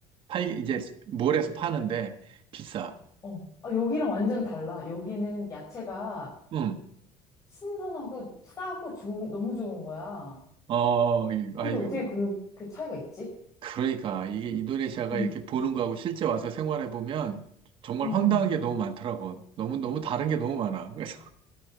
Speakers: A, on the right; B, on the left.
A: 팔, 이제 몰에서 파는데 비싸.
B: 어. 아, 여기랑 완전 달라. 여기는 야채가
A: 응
B: 신선하고 싸고 좋은, 너무 좋은 거야.
A: 어,
B: 근데
A: 아유,
B: 어떻게 그렇게 차이가 있지?
A: 그러니까 이게 인도네시아가
B: 음.
A: 이렇게 보는 거하고 실제 와서 생활해 보면 정말
B: 음.
A: 황당한 게 너무 많더라고. 너무 너무 다른 게 너무 많아. 그래서